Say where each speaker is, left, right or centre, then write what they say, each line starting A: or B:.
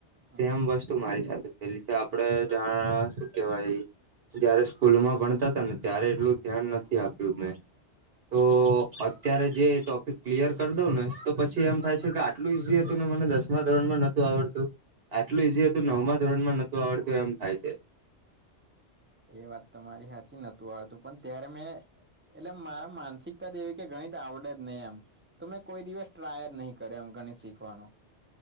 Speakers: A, on the right; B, on the right.
A: હ
B: સેમ વસ્તુ તું મારી સાથે થયેલી છે આપડે જાણ શું કેવાઈ જયારે સ્કૂલ માં ભણતા તા ને ત્યારે એટલું ધ્યાન નથી આપ્યું મેં
A: <inaudible>
B: તો અત્યારે જે ટોપિક ક્લિયર કરી દઉં ને તો પછી એમ થાય છે કે આટલું ઈઝી હતું ને મને દસમા ધોરણ માં નતુ આવડતું આટલું ઈઝી હતું નવમા ધોરણ માં નતુ આવડતું એમ થાય છે.
A: એ વાત તમારી સાચી નતું આવડતું પણ ત્યારે મેં એટલે મારા માનસિકતા જ એવી કે ગણિત આવડે જ નઈ એમ તો મેં કોઈ દિવસ ટ્રાય જ નહીં કર્યો એમ ગણિત શીખવાનું